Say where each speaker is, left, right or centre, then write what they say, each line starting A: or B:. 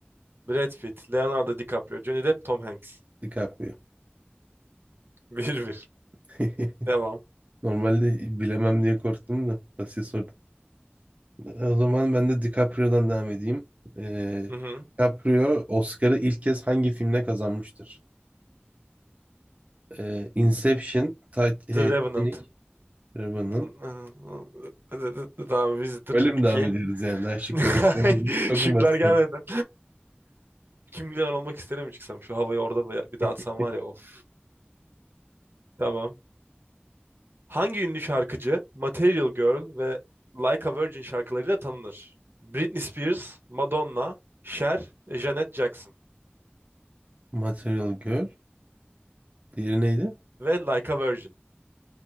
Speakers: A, on the right; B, on the right.
A: Brad Pitt, Leonardo DiCaprio, Johnny Depp, Tom Hanks.
B: DiCaprio.
A: <laughs> Bir bir.
B: <laughs>
A: Devam.
B: Normalde bilemem diye korktum da basit soru O zaman ben de DiCaprio'dan devam edeyim. Ee,
A: Hı hı.
B: DiCaprio Oscar'ı ilk kez hangi filmle kazanmıştır? Ee, Inception, Tit- e,
A: The Revenant.
B: Titanic, Revenant.
A: <laughs> Tamam. Visitor
B: Öyle mi
A: 2.
B: devam ediyoruz yani? Daha şık
A: <laughs>
B: da yok. Çok
A: Şıklar
B: mu basit
A: gelmeden.
B: oldu?
A: Kim milyoner olmak isterim çıksam? Şu havayı orada bir bir dağıtsam
B: <laughs>
A: var ya of. Tamam. Hangi ünlü şarkıcı Material Girl ve Like a Virgin şarkılarıyla tanınır? Britney Spears, Madonna, Cher, Janet Jackson
B: Material Girl. Diğeri neydi?
A: ve Like a Virgin.